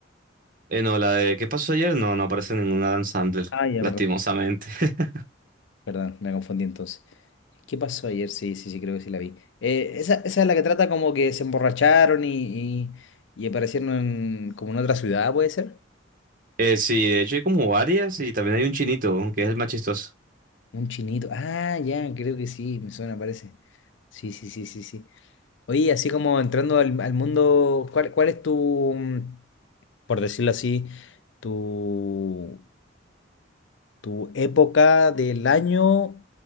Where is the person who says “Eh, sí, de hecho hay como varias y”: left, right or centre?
Right